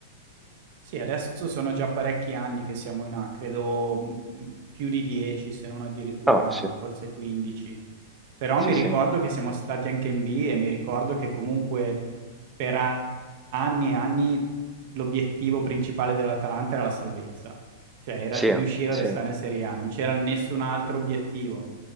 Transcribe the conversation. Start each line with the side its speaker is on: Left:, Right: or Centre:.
Right: Sì, adesso sono già parecchi anni che siamo in A, credo, mhmm, più di 10 se non addirittura
Centre: Ah, sì,
Right: forse 15. Però
Centre: sì,
Right: mi
Centre: sì,
Right: ricordo che siamo stati anche in B e mi ricordo che comunque per a- anni e anni l'obiettivo principale dell'Atalanta era la salvezza, cioè era
Centre: sì,
Right: riuscire
Centre: sì,
Right: a restare in Serie A, non c'era nessun altro obiettivo.